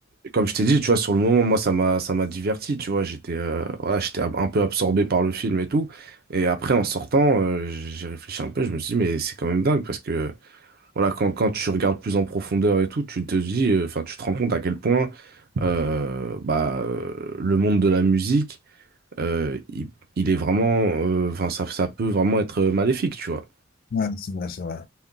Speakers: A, on the right; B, on the left.
A: Et comme je t'ai dit, tu vois, sur le moment, moi, ça m'a, ça m'a diverti, tu vois. J'étais euh, voilà, j'étais ab- un peu absorbé par le film et tout. Et après, en sortant, euh, j'ai réfléchi un peu. Je me suis dit, mais c'est quand même dingue parce que, voilà, quand, quand tu regardes plus en profondeur et tout, tu te dis, euh, enfin, tu te rends compte à quel point euh, bah, euh, le monde de la musique, euh, il, il est vraiment, euh, enfin, ça, ça peut vraiment être maléfique, tu vois.
B: ouais, c'est vrai, c'est vrai.